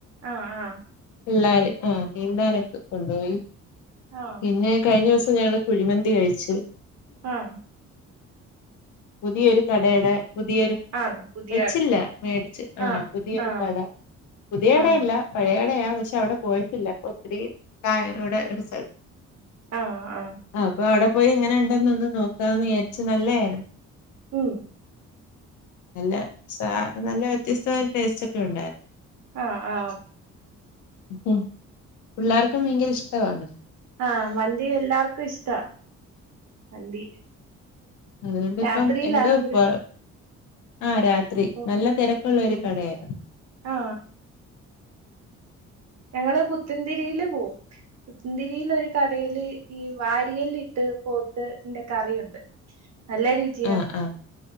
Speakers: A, on the right; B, on the left.
A: ആഹ് ആഹ്
B: പിള്ളേർ ആഹ നീന്താനൊക്കെ കൊണ്ടുപോയി
A: ആഹ്
B: പിന്നെ കഴിഞ്ഞ ദിവസം ഞങ്ങള് കുഴിമന്തി കഴിച്ചു
A: ആഹ്
B: പുതിയൊരു കടയുടെ പുതിയൊരു
A: ആണോ പുതിയ
B: വെച്ചില്ല മേടിച്ച് ആഹ്
A: ആ
B: പുതിയ
A: ആ
B: കട പുതിയ കടയല്ല
A: ആ
B: പഴയടയാ പക്ഷെ അവിടെ പോയിട്ടില്ല അപ്പൊ ഒത്തിരിയും ഇവിടെറിസ്
A: ആഹ ആഹ്
B: ആ് അപ്പൊ അവിടെ പോയി ഇങ്ങനെ ഉണ്ടെന്ന്ൊന്ന് നോക്കാന്ന് വിചാരിച്ചു നല്ലതായിരുന്നു.
A: ഉം
B: നല്ല സ നല്ല വ്യത്യസ്ത ഒരു ടേസ്റ്റ് ഒക്കെ ഉണ്ടായിരുന്നു.
A: ആ ആ
B: പിള്ളേർക്കും ഭയങ്കര ഇഷ്ടാണ്
A: ആഹ് മന്തി എല്ലാർക്കും ഇഷ്ട മന്തി
B: അതുകൊണ്ട്ിപ്പം
A: രാത്രിയിലാ
B: എന്താ
A: കൂടെ
B: ആ രാത് രാത്രി
A: ഓ
B: നല്ല തിരക്കുള്ള ഒരു
A: ഉം
B: കടയായിരുന്നു
A: ആ ഞങ്ങള് പുത്തന്തിരിയില് പോവും പുത്തൻന്തിരിയിലൊ ഒരു കടൽ ഈ വാരിയല്ല ഇട്ട് പോത്ത് ഇന്റെ കറിയുണ്ട് നല്ല രുചി
B: ആഹ് ആഹ്